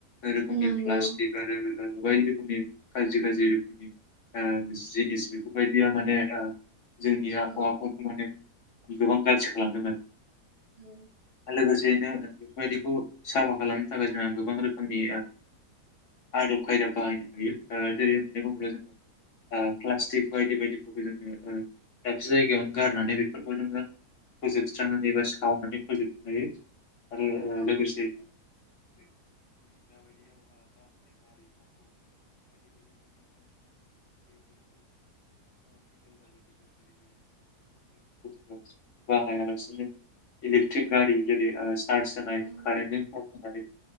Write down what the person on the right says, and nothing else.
नंगौ
औ
औ
औ
औ